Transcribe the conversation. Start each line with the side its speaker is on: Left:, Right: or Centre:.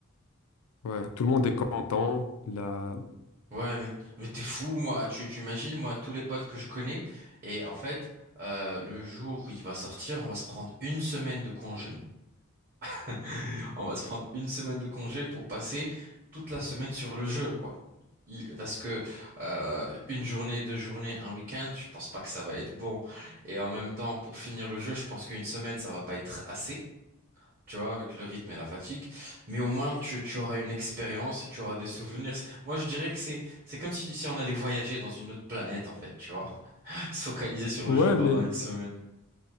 Left: Ouais, tout le monde est content. La...
Right: Ouais, mais, mais t'es fou, moi. Tu, tu imagines, moi, tous les potes que je connais. Et en fait, euh, le jour où il va sortir, on va se prendre une semaine de congé. <laughs> On va se prendre une semaine de congé pour passer toute la semaine sur le jeu, quoi. Il- Parce que euh, une journée, deux journées, un week-end, je pense pas que ça va être bon. Et en même temps, pour finir le jeu, je pense qu'une semaine, ça va pas être assez, tu vois, avec le rythme et la fatigue. Mais au moins, tu, tu auras une expérience et tu auras des souvenirs. Moi, je dirais que c'est c'est comme si, si on allait voyager dans une autre planète, en fait, tu vois. <laughs> Se focaliser sur
Left: Ouais,
Right: le jeu pendant
Left: mais
Right: une semaine.